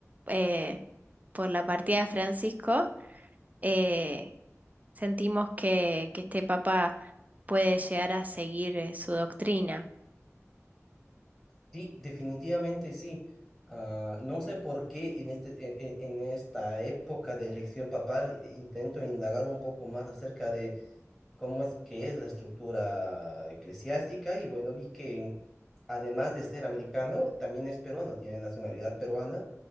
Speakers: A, on the right; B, in the centre.
A: eh, por la partida de Francisco, eh, sentimos que, que este papa puede llegar a seguir eh, su doctrina.
B: Sí, definitivamente sí. Ah, no sé por qué en este, e- e- en, esta época de elección papal eh, intento indagar un poco más acerca de cómo es que es la estructura eclesiástica y bueno, vi que además de ser americano, también es peruano, tiene nacionalidad peruana.